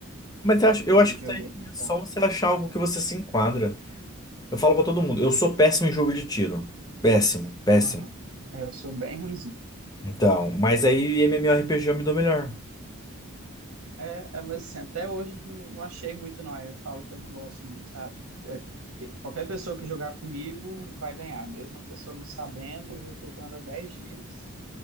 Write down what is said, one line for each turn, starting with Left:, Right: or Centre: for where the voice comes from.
Left: Mas eu acho,
Right: de
Left: eu acho
Right: videogame.
Left: que isso aí é só
Right: Então,
Left: você achar algo que você se enquadra. Eu falo pra todo mundo, eu sou péssimo em jogo de tiro. Péssimo, péssimo.
Right: aham. É, eu sou bem ruim.
Left: Então, mas aí MMORPG eu me dou melhor.
Right: É, é, mas assim, até hoje não, não achei muito, não. Aí Eu falo que eu não gosto muito, sabe? Que, é- que qualquer pessoa que jogar comigo vai ganhar. Mesmo a pessoa não sabendo, e eu jogando há 10 dias,